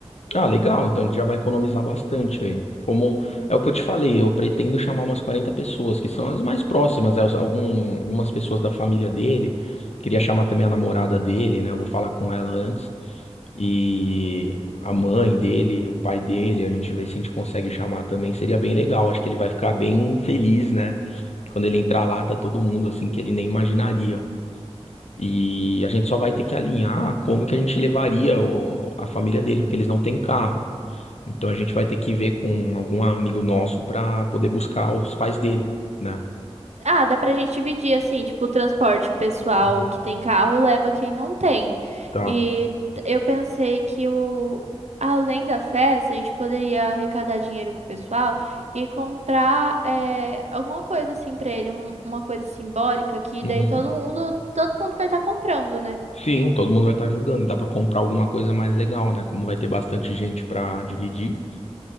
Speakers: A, on the left (about 80°); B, on the right (about 85°).
A: Ah, legal. Então a gente já vai economizar bastante aí. Como é o que eu te falei, eu pretendo chamar umas 40 pessoas, que são as mais próximas, né? Os- Algum, algumas pessoas da família dele. Queria chamar também a namorada dele, né? Eu vou falar com ela antes. E a mãe dele, o pai dele, a gente vê se a gente consegue chamar também. Seria bem legal. Acho que ele vai ficar bem feliz, né? Quando ele entrar lá, tá todo mundo assim que ele nem imaginaria. E a gente só vai ter que alinhar como que a gente levaria o- a família dele, porque eles não têm carro. Então a gente vai ter que ver com algum amigo nosso pra poder buscar os pais dele, né?
B: Ah, dá pra gente dividir assim, tipo, o transporte, o pessoal
A: Uhum.
B: que tem carro leva quem não tem.
A: Tá.
B: E eu pensei que o além da festa, a gente poderia arrecadar dinheiro com o pessoal e comprar é, alguma coisa assim pra ele, um- uma coisa simbólica que
A: Uhum.
B: daí todo mundo, todo mundo vai estar comprando, né?
A: Sim, todo mundo vai estar ajudando e dá pra comprar alguma coisa mais legal, né? Como vai ter bastante gente pra dividir.